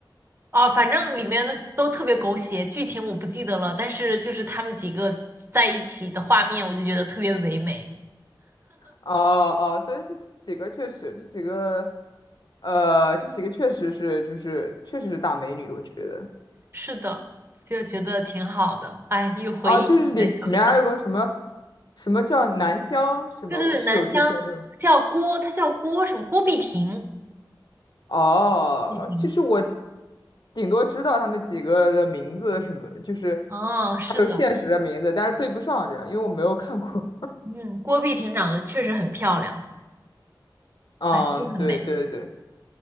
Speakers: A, on the right (about 30°); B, on the left (about 65°).
A: 哦，反正里面那个都特别狗血，剧情我不记得了，但是就是他们几个在一起的画面，我就觉得特别唯美。
B: 哦哦，对，这几个确实，这几个，呃，这几个确实是就是确实是大美女，我觉得。
A: 是的，就觉得挺好的。哎，又回忆起来《小时代》。
B: 啊，就是里面还有个什么什么叫南湘，什么我室友是叫这
A: 对对对，南湘叫郭，他叫郭什么？郭碧婷。
B: 哦，
A: 碧婷。
B: 其实我顶多知道他们几个的名字什么，就是
A: 哦，是的，
B: 还有现实的名字，但是对不上这样，因为我没有看过。
A: 嗯，郭碧婷长得确实很漂亮，
B: 嗯，
A: 都很美。
B: 对对对，